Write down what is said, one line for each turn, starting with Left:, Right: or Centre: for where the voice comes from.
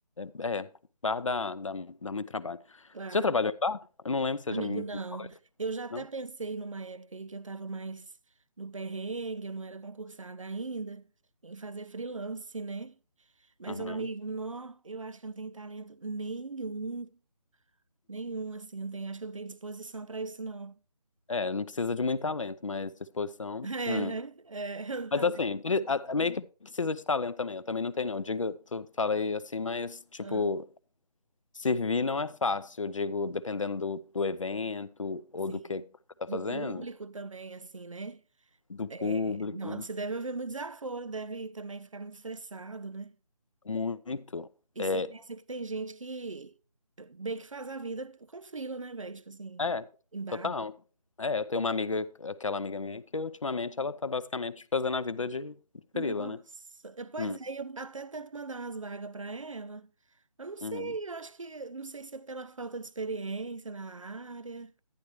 Left: é, é, bar dá, dá, dá muito trabalho.
Right: claro.
Left: Você já trabalhou em bar? Eu não lembro se você
Right: Amigo,
Left: já me
Right: não.
Left: falou isso,
Right: Eu já até
Left: não?
Right: pensei numa época aí que eu estava mais no perrengue, eu não era concursada ainda, em fazer freelance, né? Mas,
Left: Aham.
Right: meu amigo, não, eu acho que eu não tenho talento nenhum, nenhum, assim, eu não tenho, acho que eu não tenho disposição para isso, não.
Left: É, não precisa de muito talento, mas disposição.
Right: <laughs> É,
Left: hum.
Right: né? É, <laughs> um talento.
Left: Mas assim, pre- a- a- meio que precisa de talento também. Eu também não tenho, não. Digo, tu falei assim, mas, tipo,
Right: Ah,
Left: servir não é fácil. Eu digo, dependendo do, do evento ou
Right: sim.
Left: do que que tá
Right: Do
Left: fazendo,
Right: público também, assim, né?
Left: do público,
Right: É, não, você deve ouvir muito desaforo, deve também ficar muito estressado, né?
Left: muito.
Right: E
Left: É,
Right: você pensa que tem gente que bem que faz a vida com frila, né, velho? Tipo assim,
Left: é,
Right: em bar.
Left: total. É, eu tenho uma amiga, aquela amiga minha, que ultimamente ela tá basicamente fazendo a vida de, de
Right: Nossa,
Left: frila, né?
Right: é, pois
Left: Hum,
Right: é, eu até tento mandar umas vagas para ela. Eu não sei,
Left: uhum.
Right: eu acho que, não sei se é pela falta de experiência na área.